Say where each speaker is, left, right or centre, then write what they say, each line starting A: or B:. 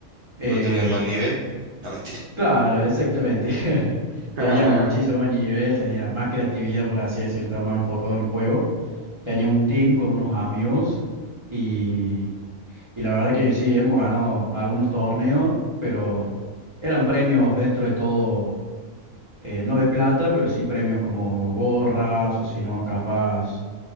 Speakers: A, on the right; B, on the right.
A: Eh,
B: ¿Cuando tenías más nivel? No, mentira.
A: claro, exactamente. <laughs>
B: <laughs>
A: Tenía muchísimo nivel, tenía más creatividad, por así decirlo, estaba más enfocado en el juego. Tenía un team con unos amigos y, y la verdad que sí, hemos ganado algunos torneos, pero eran premios dentro de todo eh, no de plata, pero sí premios como gorras o si no, capaz